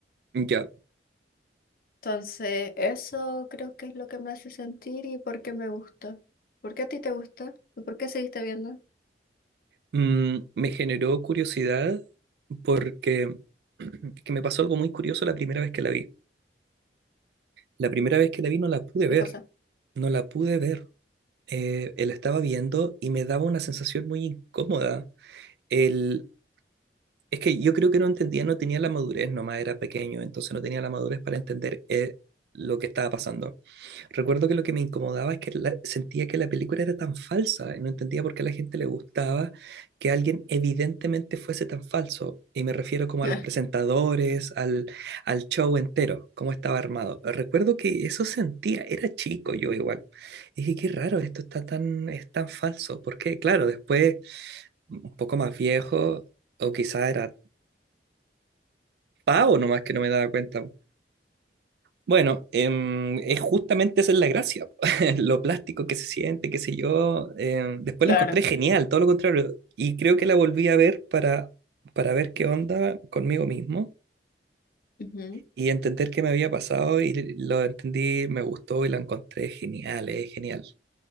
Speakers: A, on the right (about 60°); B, on the left (about 55°).
A: Ya.
B: Entonces, eso creo que es lo que me hace sentir y por qué me gusta. ¿Por qué a ti te gusta? ¿Y por qué seguiste viendo?
A: Mm, me generó curiosidad porque <clears throat> que me pasó algo muy curioso la primera vez que la vi. La primera vez que la vi no la pude ver,
B: ¿Qué cosa?
A: no la pude ver. Eh, eh, la estaba viendo y me daba una sensación muy incómoda. El, es que yo creo que no entendía, no tenía la madurez, nomás era pequeño, entonces no tenía la madurez para entender eh, lo que estaba pasando. Recuerdo que lo que me incomodaba es que la- sentía que la película era tan falsa y no entendía por qué a la gente le gustaba que alguien evidentemente fuese tan falso. Y me refiero como a
B: <laughs>
A: los presentadores, al, al show entero, cómo estaba armado. Recuerdo que eso sentía, era chico yo igual. Y dije, qué raro, esto está tan, es tan falso. Porque claro, después, un poco más viejo, o quizá era pavo nomás que no me daba cuenta. Bueno, em, es justamente esa es la gracia, <laughs> lo plástico que se siente, qué sé yo. em, después
B: Claro.
A: la encontré genial, todo lo contrario. Y creo que la volví a ver para, para ver qué onda conmigo mismo
B: Ujú.
A: y entender qué me había pasado y lo entendí, me gustó y la encontré genial, es genial.